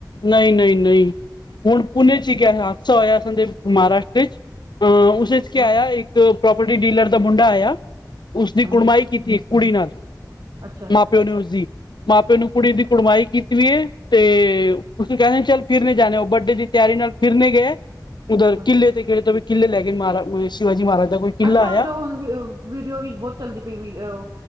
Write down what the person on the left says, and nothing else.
ਨਈ-ਨਈ-ਨਈ, ਹੁਣ ਪੁਣੇ ਇੱਚ ਇੱਕ ਐ ਹਾਦਸਾ ਹੋਇਆ ਸੰਦੇ ਮਹਾਰਾਸ਼ਟਰਾ ਇੱਚ ਅ
ਉਸ ਇੱਚ ਕੀ ਆਇਆ ਇੱਕ ਪ੍ਰੋਪਰਟੀ ਡੀਲਰ ਦਾ ਮੁੰਡਾ ਆਇਆ ਉਸਦੀ
ਕੁੜਮਾਈ ਕੀਤੀ ਕੁੜੀ ਨਾਲ,
ਮਾਂ ਪਿਓ ਨੇ ਉਸਦੀ, ਮਾਂ ਪਿਓ ਨੂੰ ਕੁੜੀ ਦੀ ਕੁੜਮਾਈ ਕੀਤੀ ਹੋਈ ਏ ਤੇ ਉਸਨੂੰ ਕੈਂਦੇ ਨੇ ਚੱਲ ਫਿਰਨੇ ਜਾਣੈ। ਔ ਬਰਡੇ ਦੀ ਤਿਆਰੀ ਨਾਲ ਫਿਰਨੇ ਗਏ ਉਧਰ
ਕਿਲੇ ਤੇ ਫਿਰਤੇ ਹੂਏ ਕਿੱਲੇ ਲੈਗੇ ਮਾਰਾ ਅ ਸ਼ਿਵਾ ਜੀ ਮਾਰਗ ਐ ਕੋਈ ਕਿਲਾ
ਆਇਆ